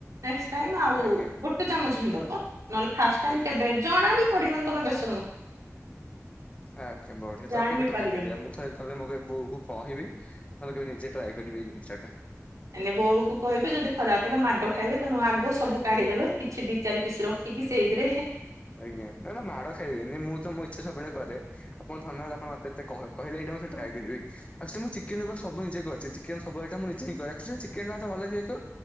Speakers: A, on the right; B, on the left.
A: ନେକ୍ସ ଟାଇମ୍ ଆଉ
B: ଆଜ୍ଞା
A: ଗୋଟେ ଚାମଚ ହିଁ ଦେବ। ନହେଲେ ଫାଷ୍ଟ ଟାଇମ
B: ଆଜ୍ଞା
A: କେବେ ଜଣା ବି ପଡିବନି ତମେ ବେସ
B: ଆଜ୍ଞା ବଢିଆ
A: ଜାଣି
B: ତ କେବେ
A: ବି
B: ଟ୍ରାଏ
A: ପାରିବେନି
B: କରିଆ ମୁ ହଲେ କଲେ ମଗେଇ ବୋହୁ କହିବି ନଲେ କେବେ ନିଜେ ଟ୍ରାଏ କରିବି ଏଇ ଜିନିଷଟା।
A: ଏନେ ବୋଉକୁ କହିବେ ଯଦି ଖରାପ ହେଲା ମାଡ ଖାଇବେ ତେଣୁ ଆଗ ସବୁ କାଢିଦେବେ କିଛି ଦି ଚାରି ପିସ ର ହିଙ୍ଗୀ ସେଇଦିରେ
B: ଆଜ୍ଞା ନା ନା ମାଡ ଖାଇବେନି ମୁଁ ତ ମୋ ସେ ସବୁବେଳେ କରେ ଆପଣ ଧନ୍ୟବାଦ ଆପଣ ମତେ ଏତେ କହି କହିଲେ ଏଇଡ଼ା ମୁଁ ସେ ଟ୍ରାଏ କରିବି। ଆକଚୁଆଲି ମୁଁ ଚିକେନ ଉପରେ ସବୁ ନିଜେ କରିଛି ଚିକେନ ସବୁ ଆଇଟମ ମୁ ନିଜେ ହିଁ କରେ ଆକଚୁଆଲି ଚିକେନଟା ଏତେ ଭଲ ଲାଗେ ଯେହେତୁ